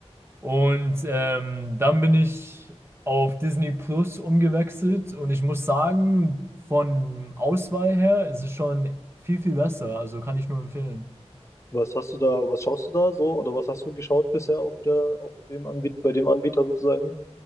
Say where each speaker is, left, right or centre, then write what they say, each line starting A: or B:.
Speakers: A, on the right; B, on the left.
A: Und ähm, dann bin ich auf Disney Plus umgewechselt und ich muss sagen, von Auswahl her ist es schon viel, viel besser. Also kann ich nur empfehlen.
B: Was hast du da, was schaust du da so oder was hast du geschaut bisher auf der, auf dem Anbieter, bei dem Anbieter sozusagen?